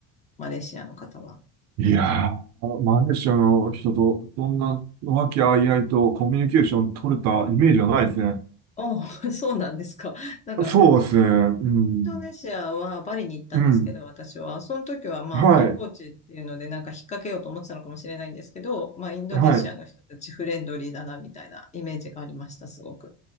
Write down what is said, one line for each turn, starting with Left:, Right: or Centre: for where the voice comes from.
Left: マレーシアの方は。
Right: いやー、マレーシアの人とそんな和気あいあいとコミュニケーション取れたイメージはないですね。
Left: あ、<laughs> そうなんですか。なんか
Right: そうですね。うん。
Left: インドネシアはバリに行ったんですけど、
Right: うん。
Left: 私は。その時はまあ観光地っていうのでなんか引っ掛けようと思ってたのかもしれないんですけど、
Right: はい。
Left: まあインドネシアの人たちフレンドリーだなみたいなイメージがありました、
Right: はい。
Left: すごく。